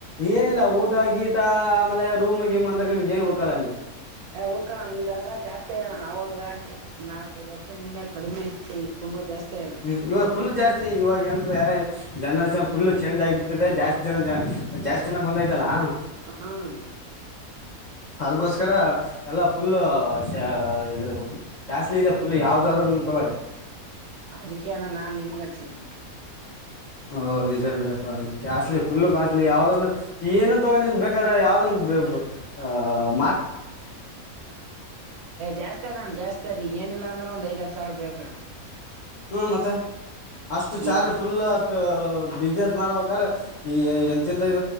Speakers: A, on the left; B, on the right.
A: ಏನಿಲ್ಲ ಊಟ ಗೀಟ ಆಮೇಲೆ ರೂಮ್ ಗೀಮ್ ಅಂದ್ರೆ ನಿಮ್ಗೆ ಏನ್ ಉಳ್ಕಲ್ಲ ಅಲ್ಲಿ
B: ಹ ಹೋಕಣ ಈಗ ಅದ್ರ ಜಾಸ್ತಿ ಆಗಣ್ಣ ಅವಾಗ ಒಂದ್ ನಾಲ್ಕೈದು ವರ್ಷದಿಂದ ಕಡಿಮೆ ಇತ್ತೆ ಈಗ ತುಂಬಾ ಜಾಸ್ತಿ ಆಗ್ಯದ
A: ಹ್ಮ್ ಇವಾಗ ಫುಲ್ ಜಾಸ್ತಿ ಇವಾಗಏನದ್ರೆ ಜನನ್ ಫುಲ್ ಚೇಂಜ್ ಆಗಿಬಿಟ್ಟು ಜಾಸ್ತಿ ಜನ ಜ ಜಾಸ್ತಿ ಜನ ಬಂದಯ್ತಲ್ಲಾ
B: ಹ್ಮ
A: ಅದಗೋಸ್ಕಾರ ಎಲ್ಲಾ ಫುಲ್ಲ ಶ ಇದು ಕ್ಯಾಸ್ಲಿ ಇದೆ ಫುಲ್ ಯಾವ್ದಾದ್ರನು ತಗೊಳ್ಳಿ
B: ಅದಕ್ಕೆಣ ನಾನ್ ನಿಮ್ಗ ದ್ನ
A: ಹೌದದು ನಿಜ ಬಿಡಪ್ಪಾ ಕಾಸ್ಲಿ ಫುಲ್ಲು ಕಾಸ್ಟ್ಲಿ ಯಾವ್ದಂದ್ರ ಏನನ್ ತಗೊಂಡ ನೀನ್ ಬೇಕಾದ್ರ ಯಾವ್ದನ್ ಹ
B: ಜಾಸ್ತಿ ಅದಣ ಜಾಸ್ತಿ ಅದ ಈಗ ಏನಿಲ್ಲ ಅಂದ್ರೆ ಒಂದ್ ಐದ್ ಆರ್ ಸಾ ಸರ್ ಬೇಕಣ
A: ಹ್ಮ ಮತ್ತೆ ಅಷ್ಟು ಚಾರ್
B: ಈಗ
A: ಫುಲ್ ಅಷ್ಟ ಬಿಸ್ನೆಸ್ ಮಾಡ್ಬೇಕಾದ್ರೆ ಈ ಎಂತ ಎಂತ ಇ